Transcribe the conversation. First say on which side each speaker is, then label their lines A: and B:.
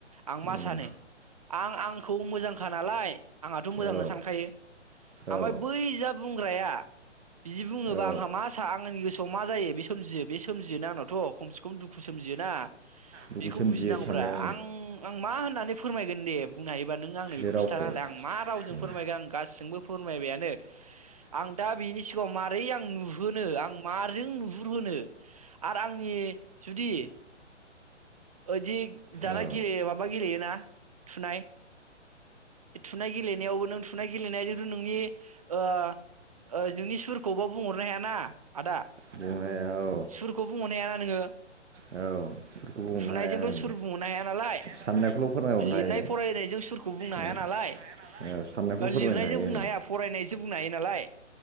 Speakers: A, on the right; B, on the right.
A: आं मा
B: उम
A: सानो आं आं खौ मोजांखा नालाय आंहाथ' मोजांनो
B: औ
A: सानखायो ओमफ्राय
B: औ
A: बै जा बुंग्राया, बिदि बुङोबा
B: औ
A: आंहा मा सा आं आंनि गोसो, खौ मा जायो बे सोमजियो बे सोमजियो आंनावथ' खम से बे दुखु सोमजियोना
B: दुखु
A: बेखौ
B: सोमजियो
A: बुजिनांगौब्रा
B: साननाया
A: आं आं मा होननानै फोरमायगोन दे बुंनो हायो, ओनबा आंनो
B: बे
A: बेखौ
B: रावखौ
A: खिन्था हालाय आं मा रावजों
B: उम
A: फोरमायगोन आं गासिजोंबो, फोरमायबायानो आं दा बिनि सिगाङाव मारै आं नुहोनो आं माजों नुहुरहोनो आरो आंनि जुदि, ओदि दाना
B: औ
A: गेलेयो माबा गेलेयोना थुनाय बे थुनाय गेलेनायावबो नों थुनाय गेलेनाय <unintelligible> नोंनि ओ ओ नोंनि सुरखौबो बुंहरनो हायाना आदा
B: बुंनो हाया औ
A: सुरखौ बुंहरनाया नोङो
B: औ सुरखौ बुंनो
A: थुनायजोंथ'
B: हाया आं
A: सुर बुंहरनो हाया नालाय
B: साननायखौल' फोरमायहरनो
A: लिरनाय
B: हायो
A: फरायनायजों सुरखौ बुंनो
B: उम
A: हाया नालाय
B: औ साननायखौल'
A: ओ
B: फोरमायनो
A: लिरनायजों
B: हायो
A: बुंनो हाया फरायनायजों बुंनो हायो नालाय